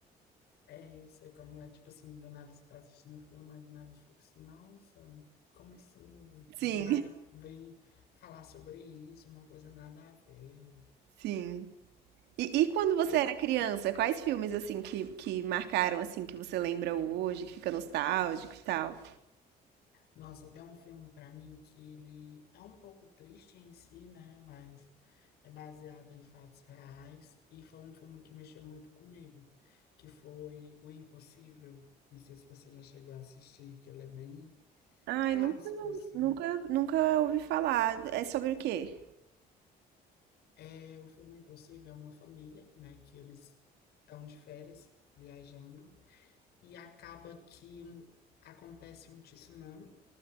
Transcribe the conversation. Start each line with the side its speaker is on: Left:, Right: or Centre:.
Left: É, eu sei como é, tipo assim, do nada você tá assistindo um filme, aí do nada você fica assim, nossa, como assim?
Right: Sim,
Left: Do nada veio falar sobre isso, uma coisa nada a ver.
Right: sim. E, e quando você
Left: Eu,
Right: era criança, quais filmes assim que, que marcaram assim que você lembra hoje, que fica nostálgico e tal?
Left: nossa, tem um filme pra mim que ele é um pouco triste em si, né? Mas é baseado em fatos reais e foi um filme que mexeu muito comigo, que foi O Impossível. Não sei se você já chegou a assistir, que ele é bem
Right: Ai,
Left: clássico,
Right: nunca,
Left: assim.
Right: nunca, nunca ouvi falar. É sobre o quê?
Left: É, o filme Impossível é uma família, né, que eles estão de férias, viajando, e acaba que um- acontece um tsunami,